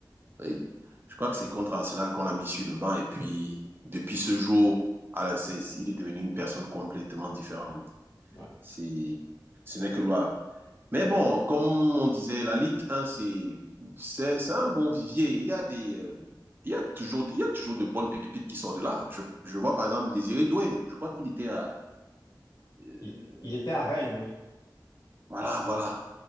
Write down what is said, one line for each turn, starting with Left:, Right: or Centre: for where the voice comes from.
Right: Oui. Je crois que c'est contre Arsenal qu'on l'a mis sur le banc. Et puis, depuis ce jour, à la, est, il est devenu une personne complètement différente.
Left: Ouais.
Right: C'est, ce n'est que loi. Mais bon, comme on disait, la Ligue 1, c'est, c'est, c'est un bon vivier. Il y a des, euh, il y a toujours, il y a toujours de bonnes pépites qui sortent de là. Je, je vois par exemple Désiré Doué. Je crois qu'il était à, euh,
Left: Il, il était à Rennes, oui.
Right: voilà, voilà.